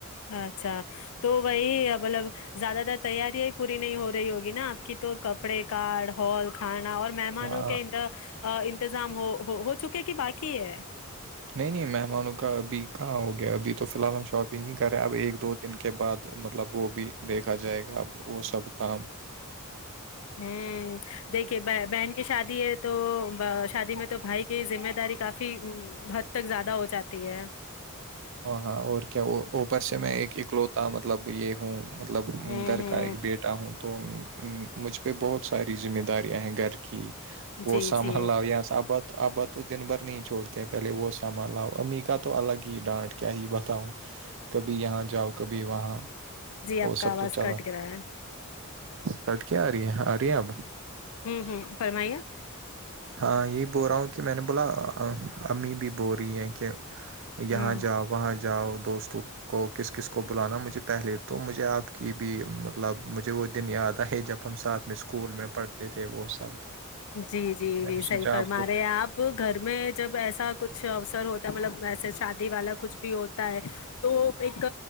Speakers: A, on the left; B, on the right.
A: اچھا تو وہی مطلب زیادہ تر تیاریاں پوری نہیں ہو رہی ہوگی نا آپ کی تو کپڑے کٹ ہال کھانا اور مہمان
B: ہاں
A: ن کہا انتظام ہو ہو ہو چکے کہ باقی ہے
B: نہیں نہیں مہمانوں کا ابھی کہاں ہو گیا ابھی تو فی الحال ہم شاپنگ ہی کر رہے ہیں اب ایک دو انن کے بعد مطلب وہ بھی دیکھا جائے گا اب وہ سب کام
A: ہوں دیکے بہن کی شادی ہے تو شادی میں تو بھائی کی ذمہ داری کافی حد تک زیادہ ہو جاتی ہے
B: ہ ہاں اور کیا وہ اوپر سے میں ایک اکلوتا مطلب یہ ہوں مطلب
A: ہوں
B: گھر کا ایک
A: ہ
B: بیٹا ہوں تو مجھ پہ بہت ساری ذمہ داریاں ہیں گھر کہ وہ
A: جی
B: سامان
A: جی
B: لا یہ صابت ابا تو دن بھر نہیں چھڑتے ہیں پہلے وہ سامبھ لاؤ امی کا تو الگ ہی ڈانٹ کے کیا ہی بتاؤ کبھی یہاں جاؤ کبھی وہاں
A: جی آپ
B: وہ
A: کا
B: سب
A: آواز
B: تو چال
A: کٹ گرا ہے
B: کٹ کے آ رہی ہے آ رہی ہیں اب
A: ہوں ہوں فرمائیے
B: ہاں یہی بول رہا ہوں کہ میں نے بولا امی بھی بو رہی ہیں کہ یہاں
A: ہوں
B: جاؤ وہاں جاؤ دوستوں کو کس کس کو بلانا مجھے پہلے تو مجھے آپ کی بھی مطلب مجھے وہ دن یاد آئے جب ہم ساتھ میں اسکول میں پڑھتے تھے وہ سب
A: جی جی
B: میں
A: جی
B: نے
A: صحی
B: سوچا
A: فرما
B: آپ کو
A: رہے ہیں آپ وہ گھر میں جب ایسا کچھ اوسر ہوتا ہے مطلب ویسے شادی والا کچھ بھی ہوتا ہے تو ایک